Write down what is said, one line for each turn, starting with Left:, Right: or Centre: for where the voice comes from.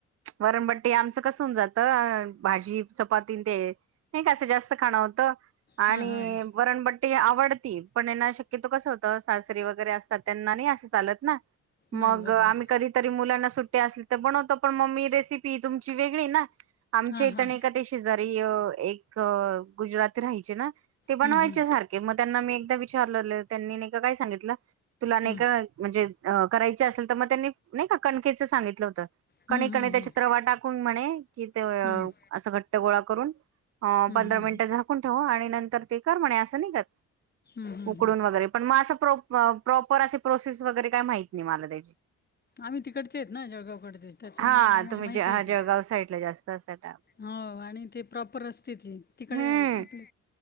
Right: वरणबट्टी आमच कस होऊन जात. भाजी चपाती ते नाही कस जास्त खाण होत. आणि
Left: हां हां हां
Right: वरणबट्ट ते आवडती पण ह्याना शक्यतो कस होत सासरी वगैरे असतात त्यांना नाही अस चालत नाही, मग
Left: नाही बरोबर
Right: आम्ही कधीतरी मुलाना सुट्टी असली तर बनवतो पण मी रेसिपी तुमची वेगळी आहे ना, आमची
Left: हां हां
Right: तने एका तशी शेजारी एक गुजरात राहायचे ना ते बनवायच्या
Left: हं, हं,
Right: सारख मग त्यांना मी एकदा विचारल त्यांनी ने का काय सांगितल तुला ने
Left: हं.
Right: का म्हणजे अ करायच असेल तर मग त्यांनी नाही का कणकेच सांगितल होत.
Left: हं,
Right: त्याच्यात
Left: हं, हं, हं,
Right: रवा टाकून म्हणे कि ते
Left: हं,
Right: अस घट्ट गोळा करून अ
Left: हं,
Right: पंधरा
Left: हं,
Right: मिनिट झाकून ठेव आणि नंतर ते कर म्हणे अस नाय का
Left: हं, हं.
Right: उकडून वगैरे पण मग अस प्रॉपर असे प्रोसेस वगैरे काही माहित नाही मला त्याची.
Left: आम्ही तिकडचे आहेत ना जळगावकडचे. त्याच्यामुळे
Right: हा
Left: आम्हाला
Right: तुम्ही
Left: माहिती
Right: ज
Left: आहे ती
Right: जळगाव साईडला जास्त असातात.
Left: हो आणि ते प्रॉपर असते ती तिकडे
Right: हम्म
Left: आपले